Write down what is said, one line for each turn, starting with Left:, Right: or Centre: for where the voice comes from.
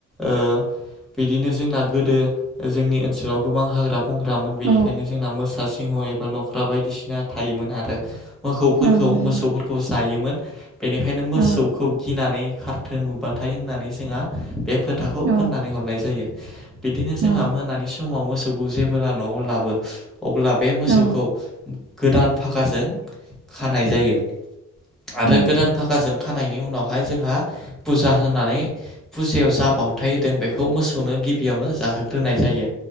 Centre: ओ-बिदिनो जोंना गोदो ओ-जोंनि ओनसोलाव गोबां हाग्रा। बुंग्रामोन बेनिखायनो
Right: औ
Centre: जोंना मोसा सिंह एबा लख्रा बायदिसिना थायोमोन आरो। मोखौफोरखौ
Right: औ नंगौ
Centre: मोसौफोरखौ जायोमोन। बेनिखायनो मोसौ।
Right: औ
Centre: गिनानै खारथो नुबाथाय होननानै जोंहा बे फोथाखौ
Right: औ
Centre: फोननानै हरनाय जायो। बिदिनो जोंहा
Right: औ
Centre: मोनानि समाव मोसौखौ जेबोब्ला न'आव लाबो। अब्ला बे मोसौखौ
Right: औ
Centre: गोदान फागाजों खानाय जायो। आरो
Right: औ
Centre: गोदान फागाजों खानायनि उनावहाय जोंहा फुजा होनानै। फुजायाव जा बावथाय होदों बेखौ मोसौनो गिबियावनो जाहोग्रोनाय जायो